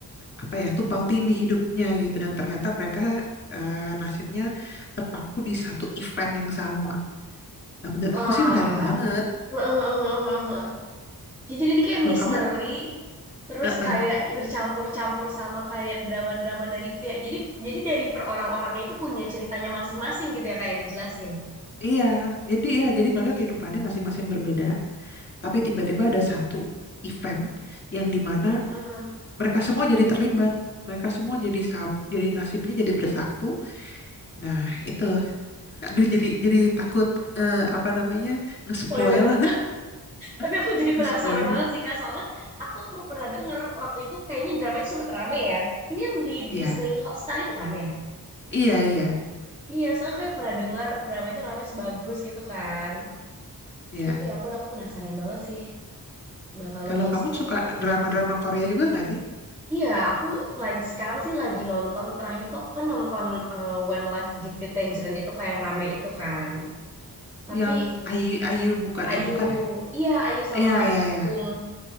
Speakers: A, on the left; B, on the right.
A: apa ya tumpang tindih hidupnya gitu dan ternyata mereka eh, nasibnya terpaku di satu event yang sama nah menurut
B: Wah.
A: aku sih menarik banget
B: Hebat. Jadi jadi ini kayak
A: kalau
B: misteri,
A: kamu
B: terus
A: eh, eh,
B: kayak bercampur-campur sama kayak drama-drama dari pihak. Jadi jadi dari per orang-orangnya itu punya ceritanya masing-masing gitu ya kayak yang dijelasin.
A: iya jadi ya jadi mereka kehidupannya masing-masing berbeda tapi tiba-tiba ada satu event yang dimana
B: Mm-mm.
A: mereka semua jadi terlibat mereka semua jadi sap jadi nasibnya jadi bersatu nah itu <laughs> aduh jadi jadi takut eh, apa namanya ngespoil
B: Spoiler. Tapi aku
A: <laughs>
B: jadi penasaran
A: ngespoil
B: banget sih Kak, soalnya aku emang pernah denger waktu itu kayaknya drama itu sempat rame ya. Ini yang di
A: Iya
B: Disney Hotstar itu kan ya?
A: iya iya
B: Iya, soalnya kayak pernah denger drama itu rame sebagus gitu kan.
A: ya
B: Gitu ya ampun, aku penasaran banget sih. Bakal nonton
A: kalau kamu
B: sih
A: suka
B: kayak.
A: drama-drama Korea juga nggak sih
B: Iya, aku lagi sekarang sih lagi nonton terakhir tuh aku kan nonton eh, When Life Give You Tangerine itu kayak yang rame itu kan. Tapi
A: yang Ayu Ayu bukan
B: Ayu,
A: eh bukan ya
B: iya Ayu sama
A: iya
B: Park
A: iya
B: Bo
A: iya
B: Gum.